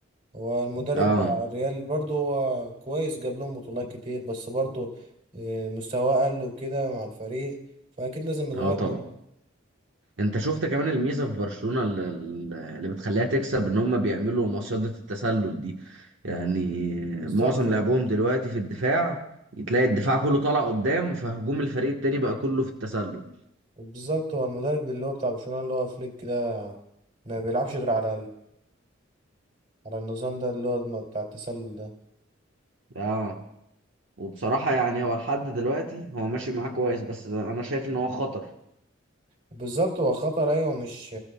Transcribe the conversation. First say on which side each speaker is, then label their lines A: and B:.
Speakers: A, on the right; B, on the right.
A: هو المدرب
B: اه
A: بتاع الريال برضه هو كويس جاب لهم بطولات كتير بس برضه آه، مستواه قل وكده مع الفريق فاكيد لازم يتغير
B: اه طبعا
A: يعني
B: انت شفت كمان الميزة في برشلونة اللي, اللي بتخليها تكسب ان هم بيعملوا مصيدة التسلل دي يعني
A: بالظبط
B: معظم
A: يعني
B: لعبهم دلوقتي في الدفاع تلاقي الدفاع كله طالع قدام فهجوم الفريق التاني بقى كله في التسلل
A: بالظبط هو المدرب اللي هو بتاع برشلونة اللي هو فليك ده ما بيلعبش غير على على النظام ده اللي هو بتاع التسلل ده
B: اه وبصراحة يعني هو لحد دلوقتي هو ماشي معاه كويس بس انا شايف ان هو خطر
A: بالظبط هو خطر ايوه مش